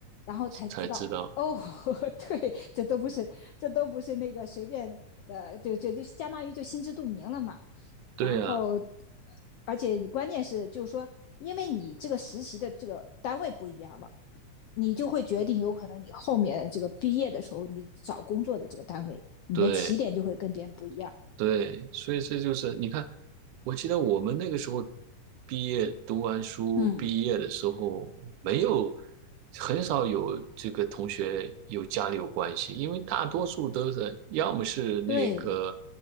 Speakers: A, on the left; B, on the right.
A: 然后才知道。
B: 才知道，
A: 哦，<laughs> 对，这都不是，这都不是那个随便的，就就就相当于就心知肚明了嘛。
B: 对呀，
A: 然后而且关键是就是说，因为你这个实习的这个单位不一样了，你就会决定有可能你后面这个毕业的时候，你找工作的这个单位，你的起点就会跟别人不一样。
B: 对。对，所以这就是你看，我记得我们那个时候毕业读完书毕业的时候，
A: 嗯，
B: 没有很少有这个同学有家里有关系，因为大多数都是要么是那个，
A: 对，